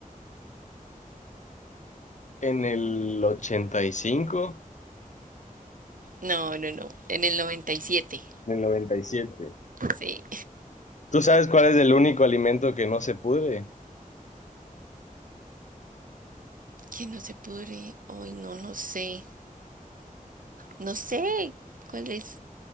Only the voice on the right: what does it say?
No, no, no, en el 97.
sí.
Que no se pudre, hoy no, no sé, no sé, ¿cuál es?